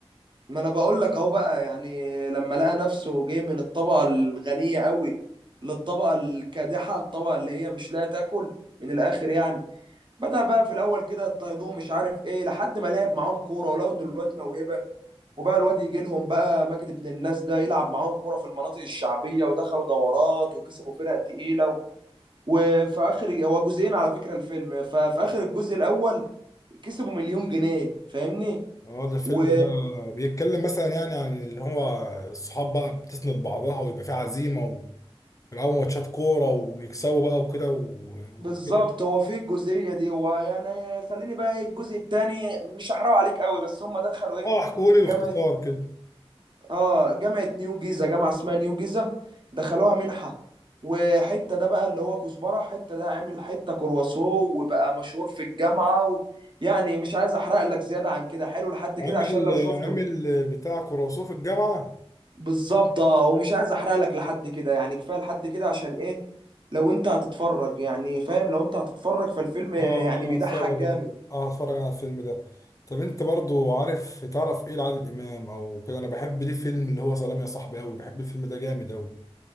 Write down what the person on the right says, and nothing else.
ما انا بقول لك اهو بقى يعني لما لقى نفسه جاي من الطبقه الغنيه قوي للطبقه الكادحه الطبقه اللي هي مش لاقيه تاكل من الاخر يعني بدأ بقى في الاول كده يضطهدوه مش عارف ايه لحد ما لعب معاهم كوره ولو ان الواد موهبه وبقى الواد يجي لهم بقى مجد ابن الناس ده يلعب معاهم كوره في المناطق الشعبيه ودخلوا دورات وكسبوا فرق تقيله و- وفي اخر هو جزئين على فكره الفيلم ففي اخر الجزء الاول كسبوا مليون جنيه فاهمني
و
بالظبط
هو في الجزئيه دي ويعني خليني بقى ايه الجزء الثاني مش هحرق عليك قوي بس هم دخلوا ايه
جامعه
اه جامعه نيو جيزه جامعه اسمها نيو جيزه دخلوها منحه وحته ده بقى اللي هو كزبره حته ده عمل حته كرواسو وبقى مشهور في الجامعه و... يعني مش عايز احرق لك زياده عن كده حلو لحد كده
عشان لو شفته
بالظبط اه ومش عايز احرق لك لحد كده يعني كفايه لحد كده عشان ايه لو انت هتتفرج يعني فاهم لو انت هتتفرج فالفيلم يعني
بيضحك
جامد